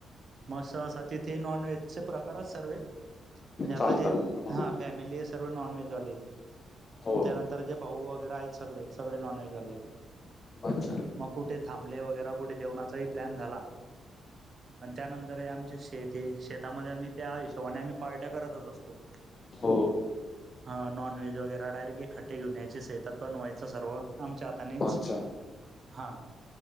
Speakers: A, on the right (about 45°); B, on the left (about 40°).
A: मसं असां तिथे नॉन व्हेजचे प्रकारचं सर्व म्हणजे आतां
B: चालतात
A: जे हां फॅमिली हे सर्व नॉन व्हेजवाले
B: हो
A: त्यांनंतर जे भाऊ वगैरें आहेतं सगळें सगळें नॉनव्हेजं वांले आहेतं
B: अच्छा
A: मंग कुठे थांबले वगैरें कुठे जेवणांचा प्लॅन झांलां आणि त्यांनंतर ते आमचें शेत आहे शेतांमध्ये आम्हीं त्यां हिशोबांने आम्हीं पार्ट्या करतंच असतों
B: हो
A: हां नॉन व्हेज वगैरें डायरेक्टं एक खट्टे घेऊन यांयचे शेतांतून बणं व्हायचं सर्व आमच्यां हातांनेचं
B: अच्छा
A: हां